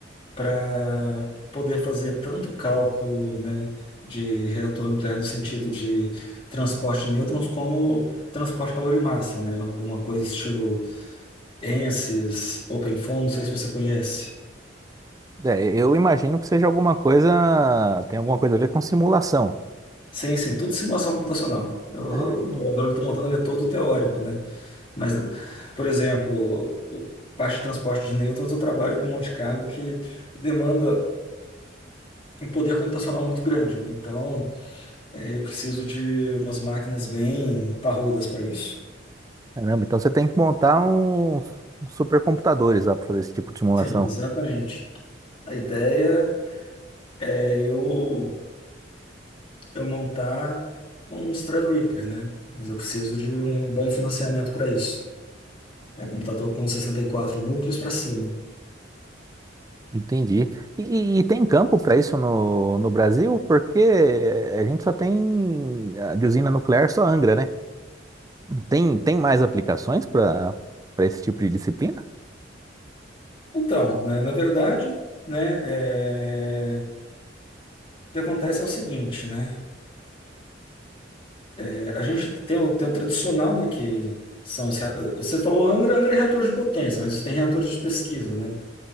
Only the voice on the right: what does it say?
É, eu imagino que seja alguma coisa, tem alguma coisa a ver com simulação.
Ah,
Caramba, então você tem que montar uns, uns supercomputadores lá para fazer esse tipo de simulação.
Entendi. E, e- e tem campo para isso no, no Brasil? Porque a gente só tem a de usina nuclear, só Angra, né? Tem, tem mais aplicações para para esse tipo de disciplina?